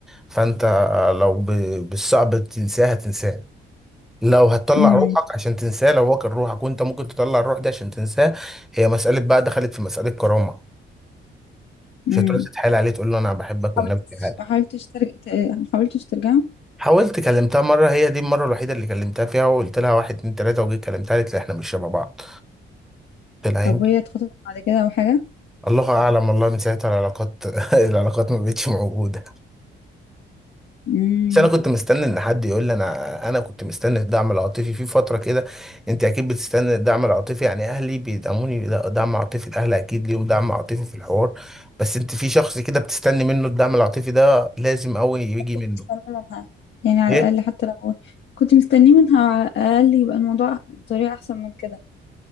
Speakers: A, in the centre; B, on the left (about 65°).
A: فانت آه، لو ب- بالصعب تنساه هتنساه لو هتطلع
B: امم
A: روحك عشان تنساه لو هو كان روحك وانت ممكن تطلع الروح دي عشان تنساه هي مسألة بقى دخلت في مسألة كرامة
B: امم
A: مش هتروح تتحايل عليه تقول له انا بحبك والنبي
B: حاولتش
A: تعالى
B: ما حاولتش ترجع ما حاولتش ترجع
A: حاولت كلمتها مرة هي دي المرة الوحيدة اللي كلمتها فيها وقلت لها واحد اتنين تلاتة وجيت كلمتها قالت لي احنا مش شبه بعض قلت لها
B: طب
A: يمكن
B: وهي اتخطبت بعد كده او حاجه
A: الله اعلم والله من ساعتها العلاقات <laughs> العلاقات ما بقتش موجودة
B: امم
A: بس انا كنت مستني ان حد يقول لي انا انا كنت مستني الدعم العاطفي في فتره كده انت اكيد بتستني الدعم العاطفي يعني اهلي بيدعموني لا، دعم عاطفي الاهل اكيد ليهم دعم عاطفي في الحوار بس انت في شخص كده بتستني منه الدعم العاطفي ده لازم قوي يجي
B: كنت
A: منه
B: مستنية منها يعني على
A: ايه
B: الأقل حتى لو كنت مستنية منها على الأقل يبقى الموضوع بطريقة أحسن من كده